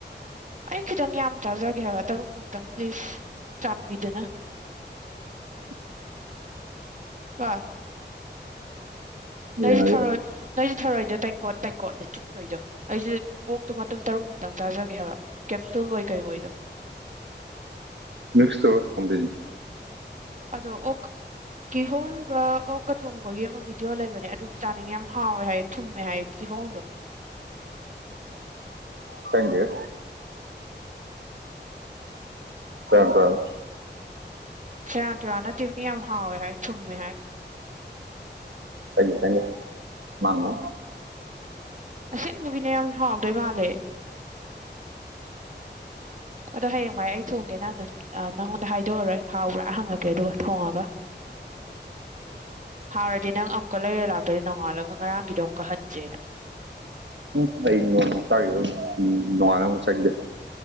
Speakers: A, on the right; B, on the right.
A: ꯑꯩ ꯈꯤꯇꯪ ꯌꯥꯝ ꯆꯥꯖꯒꯦ ꯍꯥꯏꯕ ꯇꯔꯨꯛꯃꯨꯛꯇꯪ ꯄ꯭ꯂꯤꯖ ꯆꯥꯟꯕꯤꯗꯨꯅ
B: <unintelligible>
A: ꯀꯣ
B: ꯌꯥꯏ
A: ꯅꯣꯏꯁꯨ
B: ꯌꯦꯡꯉꯁꯤ
A: ꯊꯔꯣꯏ ꯅꯣꯏꯁꯨ ꯊꯔꯣꯏꯗꯣ ꯇꯦꯡꯀꯣꯠ ꯇꯦꯡꯀꯣꯠꯅꯦ ꯆꯨꯞꯇꯣꯏꯗꯣ ꯑꯩꯁꯨ ꯑꯣꯛꯇꯣ ꯃꯇꯨꯝ ꯇꯔꯨꯛꯃꯨꯛꯇꯪ ꯆꯥꯖꯒꯦ ꯍꯥꯏꯕ ꯀꯦꯞꯁꯨꯜ ꯑꯣꯏ ꯀꯩ ꯑꯣꯏꯗꯣ
B: ꯃꯤꯛꯁ ꯇꯧꯔꯥ ꯊꯣꯡꯗꯣꯏꯅꯦ
A: ꯑꯗꯣ ꯑꯣꯛꯀꯥ ꯀꯤꯍꯣꯝꯒ ꯑꯣꯛꯀꯥ ꯊꯣꯡꯕꯒꯤ ꯑꯃ ꯚꯤꯗꯤꯑꯣ ꯂꯩꯕꯅꯦ ꯑꯗꯨꯁꯨ ꯆꯥꯅꯤꯡꯉꯦ ꯌꯥꯝ ꯍꯥꯎꯋꯦ ꯍꯥꯏ ꯊꯨꯝꯃꯦ ꯍꯥꯏ ꯀꯤꯍꯣꯝꯗꯣ
B: ꯈꯪꯗꯦꯗꯥ ꯁꯦꯔꯥꯟ ꯇꯨꯔꯥꯟ
A: ꯁꯦꯔꯥꯟ ꯇꯨꯔꯥꯟ ꯅꯠꯇꯦ ꯃꯤ ꯌꯥꯝ ꯍꯥꯎꯋꯦ ꯍꯥꯏ ꯊꯨꯝꯃꯦ ꯍꯥꯏ
B: ꯇꯥꯅꯤꯡꯗꯦ ꯇꯥꯅꯤꯡꯗꯦ ꯂꯥꯡꯒꯅꯨ
A: ꯑꯁꯦꯡꯕꯒꯤꯅꯦ ꯌꯥꯝ ꯍꯥꯎꯗꯣꯏ ꯃꯥꯜꯂꯦ ꯑꯗꯣ ꯍꯌꯦꯡꯋꯥꯏ ꯑꯩ ꯊꯣꯡꯒꯦ ꯅꯪ ꯑꯗꯨꯝ ꯅꯪꯉꯣꯟꯗ ꯍꯥꯏꯗꯣꯛꯑꯔꯣꯏ ꯍꯥꯎꯕ꯭ꯔꯥ ꯍꯪꯉꯛꯀꯦ ꯑꯗꯨꯒ ꯊꯣꯡꯉꯒ
B: <unintelligible>
A: ꯍꯥꯎꯔꯗꯤ ꯅꯪ ꯑꯃꯨꯛꯀꯥ ꯂꯩꯔꯥ ꯂꯥꯛꯇꯣꯏꯅꯦ ꯅꯣꯡꯉꯥꯜꯂꯒ ꯉꯔꯥꯡꯒꯤꯗꯣ ꯑꯃꯨꯛꯀꯥ ꯍꯟꯖꯦꯅ
B: ꯎꯝ ꯑꯩ ꯅꯣꯡꯃꯥ ꯆꯥꯒꯤꯕ ꯅꯣꯡꯉꯥꯜꯂꯥꯒ ꯆꯥꯅꯤꯡꯗꯦ